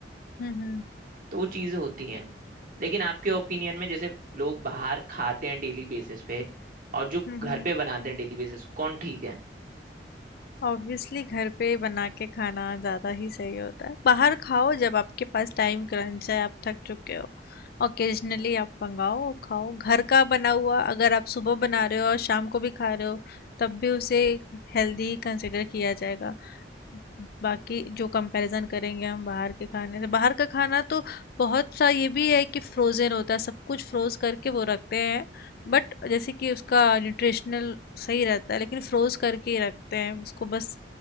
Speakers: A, on the left (about 55°); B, on the right (about 50°).
A: हम्म
B: तो वो चीजें होती हैं लेकिन आपके ओपिनियन में जैसे लोग बाहर खाते हैं डेली बेसिस पे और जो
A: हम्म
B: घर पे बनाते हैं डेली बेसिस कौन ठीक है
A: ऑब्वियसली घर पे बना के खाना ज़्यादा ही सही होता है बाहर खाओ जब आपके पास टाइम क्रंच है आप थक चुके हो ओकेजनली आप मंगाओ और खाओ घर का बना हुआ अगर आप सुबह बना रहे हो और शाम को भी खा रहे हो तब भी उसे हेल्दी कंसिडर किया जाएगा बाकी जो कंपैरिजन करेंगे हम बाहर के खाने से बाहर का खाना तो बहुत सा ये भी है कि फ्रोजन होता है सब कुछ फ्रोज करके वो रखते हैं बट जैसे कि उसका न्यूट्रिशनल सही रहता है लेकिन फ्रोज करके ही रखते हैं उसको बस